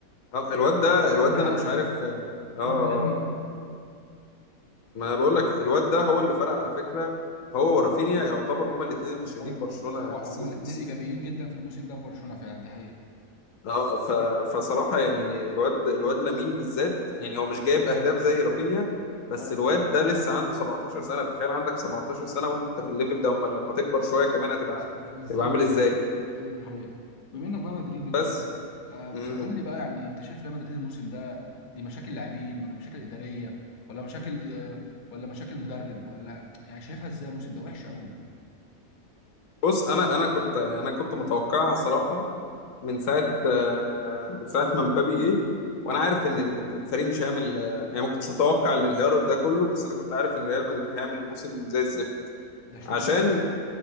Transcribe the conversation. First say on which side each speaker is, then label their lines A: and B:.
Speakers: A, on the left (about 65°); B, on the left (about 45°).
A: اه الواد
B: بجد
A: ده الواد
B: جون
A: ده
B: عالمي
A: انا مش عارف اه اه آه،
B: جون عالمي
A: ما انا بقول لك الواد ده هو اللي فرق على فكره هو ورافينيا يعتبر هما الاثنين اللي شايلين
B: هم
A: برشلونه
B: بصراحه
A: السيز-
B: هم الاثنين
A: السي...
B: ايجابيين جدا في الموسم ده في برشلونه فعلا دي حقيقه
A: اه ف... فصراحه يعني الواد الواد لامين بالذات يعني هو مش جايب اهداف زي رافينيا بس
B: ايوه
A: الواد ده لسه عنده 17 سنه تخيل عندك 17 سنه وانت في الليفل ده امال لما تكبر شويه كمان هتبقى
B: <laughs> بالظبط
A: تبقى عامل ازاي
B: يعني دي حقيقه بما انك بقى مدريدي وكده
A: بس
B: آه بس
A: مم.
B: قول لي بقى يعني انت شايف ريال مدريد الموسم ده دي مشاكل لاعبين ولا مشاكل اداريه ولا مشاكل آه ولا مشاكل مدرب ولا يعني شايفها ازاي الموسم ده وحشه قوي
A: بص انا انا كنت انا كنت متوقعها صراحه من ساعه آه، من ساعه ما مبابي جه وانا عارف ان ال- ال- الفريق مش هيعمل آه، يعني ما كنتش متوقع الانهيار ده كله بس انا كنت عارف ان ريال مدريد هيعمل موسم زي الزفت
B: ده اشمعنى
A: عشان
B: ده